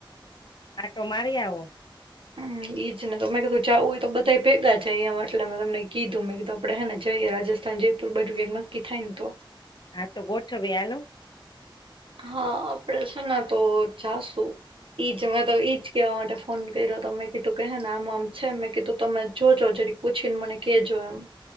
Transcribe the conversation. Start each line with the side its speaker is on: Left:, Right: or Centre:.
Left: આંટો મારી આવો
Right: હમ ઈજ ને તો મે કીધું જવું હોય તો, બધા ભેગા જાય એમ એટલે મે તમને કીધું મેં કીધું આપડે હે ને જઈએ રાજસ્થાન, જયપુર બાજુ ક્યાંક નક્કી થાય ને તો.
Left: હાતો ગોઠવીએ હાલો.
Right: હા આપડે છે ને તો જાશુ ઈજ મેં તો ઈજ કવા માટે ફોન કર્યોમે કીધું કે હેને આમ આમ છે મેં કીધું તમે જોજો જરી પૂછીને મને કેજો એમ.